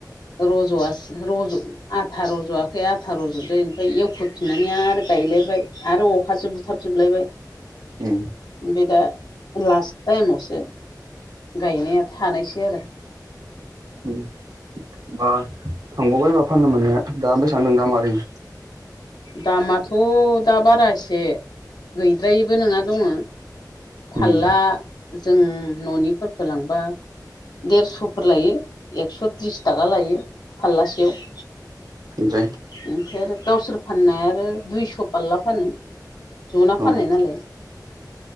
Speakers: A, on the left; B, on the right.
A: रज'आ रज' आथा रज'वा ओमफ्राय आथा र'जदो ओमफ्राय आरो गायलायबाय आरो अखासो बुथाबजोबलायबाय <inaudible>
B: ओम
A: बे दा लास्ट टाइमावसो गायनाया थानायसै आरो
B: हबा थांबावबायबा फाननो मोननाया। <unintelligible> दा बे सान दा <unintelligible> <unintelligible>
A: दामाथ' दा बारा एसे गैद्रायैबो नङा दङ। फारला
B: उम
A: जों न'निफोरखौ लांबा देरस'फोर लायो एक्स' त्रिस थाखा लायो फाललासेयाव
B: ओमफ्राय।
A: ओमफ्राय आरो गावसोर फाननाया आरो दुइस' फालला फानो। जना
B: औ
A: फाननाय नालाय